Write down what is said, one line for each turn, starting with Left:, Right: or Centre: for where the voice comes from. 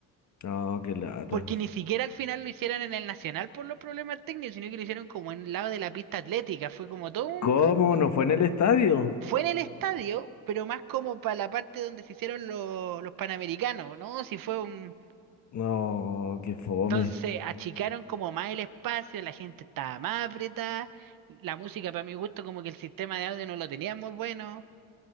Left: No, qué lata.
Right: Porque ni siquiera al final lo hicieron en el Nacional por los problemas técnicos, sino que lo hicieron como en el lado de la pista atlética. Fue como todo un...
Left: ¿Cómo? ¿No fue en el estadio?
Right: Fue en el estadio, pero más como para la parte donde se hicieron los, los Panamericanos, ¿no? Si fue un...
Left: No, qué fome.
Right: Entonces achicaron como más el espacio, la gente estaba más apretada, la música para mi gusto como que el sistema de audio no lo tenía muy bueno.